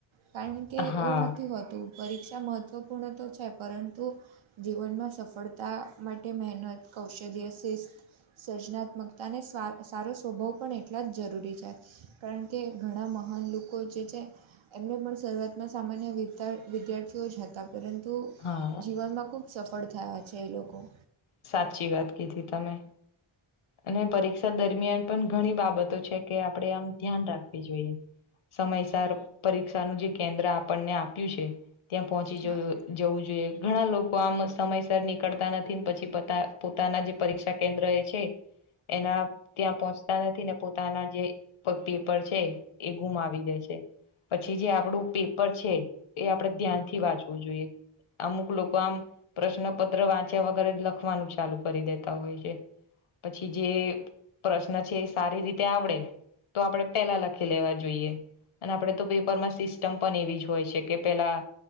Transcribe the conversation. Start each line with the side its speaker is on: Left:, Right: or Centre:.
Right: કારણ કે
Left: હા
Right: એવું નથી હોતું પરીક્ષા મહત્વપૂર્ણ તો છે પરંતુ જીવનમાં સફળતા માટે મહેનત, કૌશલ્ય, શિસ્ત સર્જનાત્મકતાને સ્વા સારો સ્વભાવ પણ એટલા જ જરૂરી છે. કારણ કે ઘણા મહાન લોકો જે છે. એમને પણ શરૂઆતમાં સામાન્ય વિ વિદ્યાર્થીઓ જ હતા. પરંતુ
Left: હા
Right: જીવનમાં ખૂબ સફળ થયા છે એ લોકો.
Left: સાચી વાત કીધી તમે અને પરીક્ષા દરમિયાન પણ ઘણી બાબતો છે કે આપડે આમ ધ્યાન રાખવી જોઈએ. સમયસર પરીક્ષાનું જે કેન્દ્ર આપણને આપ્યું છે ત્યાં પહોંચી
Right: હા
Left: જોયું. જવું જોઈએ ઘણા લોકો આમ સમયસર નીકળતા નથી પછી પોતાના જે પરીક્ષા કેન્દ્ર એ છે. એના ત્યાં પહોંચતા નથી ને પોતાના જે પેપર છે એ ગુમાવી દે છે. પછી જે આપડું પેપર છે એ આપણેે ધ્યાનથી વાંચવું જોઈએ. અમુક લોકો આમ પ્રશ્નપત્ર વાંચ્યા વગેરે જ લખવાનું ચાલુ કરી દેતા હોય છે. પછી જે પ્રશ્ન છે સારી રીતે આવડે. તો આપણે પેલા લખી લેવા જોઈએ. અને આપડે તો પેપરમાં સિસ્ટમ પણ એવી જ હોય છે કે પેલા